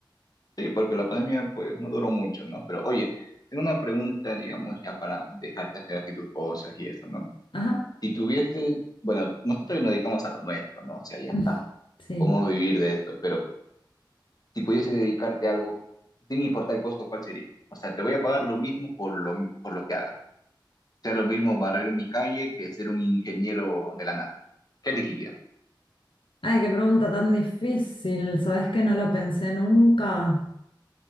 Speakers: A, on the left (about 50°); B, on the left (about 85°).
A: Sí, porque la pandemia pues no duró mucho, ¿no? Pero oye, tengo una pregunta, digamos, ya para dejarte hacer así tus cosas y eso, ¿no?
B: Ajá.
A: Si tuviese, bueno, nosotros nos dedicamos a lo nuestro, ¿no? O sea, ya
B: <laughs>
A: está,
B: Sí.
A: podemos vivir de esto, pero si pudiese dedicarte a algo, sin importar el costo, ¿cuál sería? O sea, te voy a pagar lo mismo por lo, mi- por lo que hagas. Sea lo mismo barrer mi calle que ser un ingeniero de la nada. ¿Qué elegirías?
B: Ay, qué pregunta tan difícil. Sabes que no lo pensé nunca.